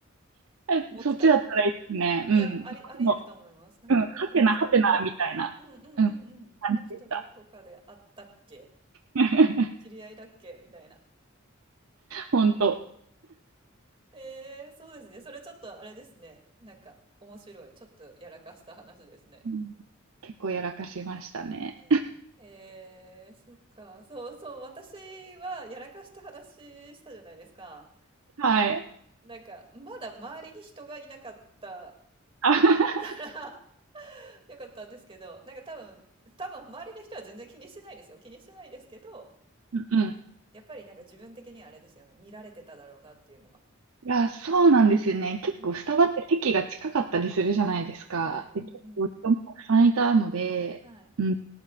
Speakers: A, on the right; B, on the right.
A: えそっちだったらいいですね。
B: 思ってた。い
A: うん。
B: や、あり、あり得ると思います。
A: も
B: なんか、
A: う、うん、はてなはてな、
B: あれ、この人、うん
A: みたいな、
B: うんうんうん。
A: うん、
B: この人どこかで会ったっけ
A: 感じでした。<laughs>
B: 知り合いだっけみたいな。
A: 本当
B: えー、そうですね。それちょっとあれですね。なんか、面白い。ちょっとやらかした話ですね。
A: うん結構やらかしましたね。
B: ねえ、えー、そっか。そうそう。私はやらかした話したじゃないですか。
A: はい。
B: なんか、まだ周りに人がいなかった
A: あ
B: から
A: <laughs>
B: <laughs> 良かったんですけど、なんか多分、多分周りの人は全然気にしてないですよ。気にしてないですけど、
A: うんうん。
B: やっぱりなんか自分的にはあれですよね。見られてただろうなっていうのは。
A: いや、そうなんですよね。結構スタバって席が近かったりするじゃないですか。
B: うん。はい。
A: で、
B: うんうん。
A: 結構人もたくさんいたので、
B: はい。
A: うん。